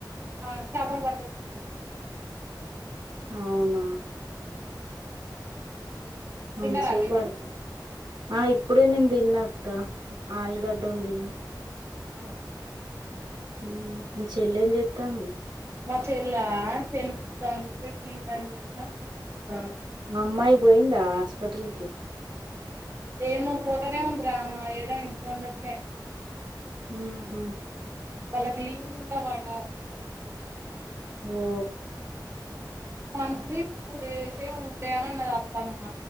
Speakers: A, on the right (about 35°); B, on the right (about 80°).
A: ఆ చాపల్ పట్టొచ్చింది
B: అవునా మంచి
A: తిన్నారా మీరు
B: పడతం ఆ ఇప్పుడే నేను తిన్నాక్క ఆలుగడ్డ వండింది
A: అ
B: హా మీ చెల్లె ఎం జెత్తందీ
A: మా చెల్లె ఆ <inaudible> తెలుతా తెలుస్తా
B: ఆ అమ్మాయి పోయిందా హాస్పిటల్ కి
A: ఏమో ఫోతనే ఉందిరా ఏడ ఇంట్లో ఉండట్లే
B: ఉహూ
A: వాళ్ళకి లీవ్ లు ఉండవ్ అట
B: ఓ
A: మంత్లీ టూ డేస్ ఏమో ఉంటాయని అన్నది ఆ అక్క